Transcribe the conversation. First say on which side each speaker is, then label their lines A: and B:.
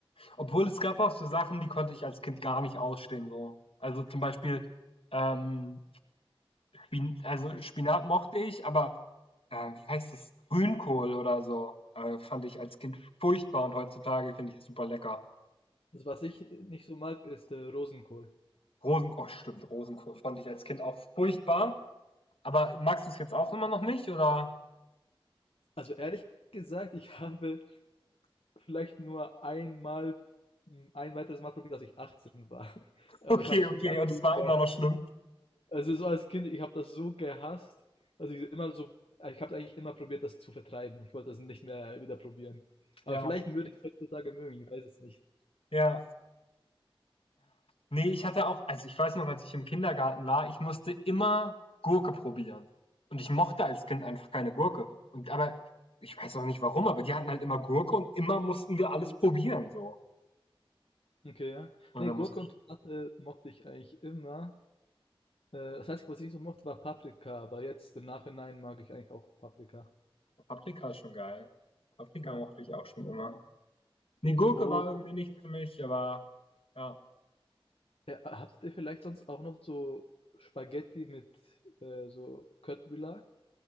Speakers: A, on the left; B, on the left.
A: Obwohl es gab auch so Sachen, die konnte ich als Kind gar nicht ausstehen, so. Also zum Beispiel, ähm, Spin also Spinat mochte ich, aber, äh, wie heißt das? Grünkohl oder so, äh, fand ich als Kind furchtbar und heutzutage finde ich es super lecker.
B: Also was ich nicht so mag, ist äh, Rosenkohl.
A: Rosen oh stimmt, Rosenkohl fand ich als Kind auch furchtbar, aber magst du es jetzt auch immer noch nicht, oder? <laughs>
B: Also ehrlich gesagt, ich <laughs> habe vielleicht nur einmal hm, ein weiteres Mal probiert, als ich 18 war. <laughs> Aber
A: Okay,
B: ich habe es
A: okay,
B: danach
A: und
B: über
A: es war immer noch schlimm.
B: also, so als Kind, ich habe das so gehasst, also ich immer so ich habe eigentlich immer probiert, das zu vertreiben. Ich wollte das nicht mehr wieder probieren. Aber
A: Ja,
B: vielleicht würde ich es heutzutage mögen, ich weiß es nicht.
A: ja. Ne, ich hatte auch also, ich weiß noch, als ich im Kindergarten war, ich musste immer Gurke probieren. Und ich mochte als Kind einfach keine Gurke. Und aber ich weiß auch nicht warum, aber die hatten halt immer Gurke und immer mussten wir alles probieren so.
B: Okay, ja.
A: Und
B: Nee,
A: dann
B: Gurke
A: musste
B: und
A: ich
B: Tomate mochte ich eigentlich immer. Äh, das Einzige, was ich nicht so mochte, war Paprika, aber jetzt im Nachhinein mag ich eigentlich auch Paprika.
A: Paprika ist schon geil. Paprika
B: Ja.
A: mochte ich auch schon immer. Ne, Gurke
B: Oh.
A: war irgendwie nicht für mich, aber ja.
B: Ja, habt ihr vielleicht sonst auch noch so Spaghetti mit äh, so Köttbullar?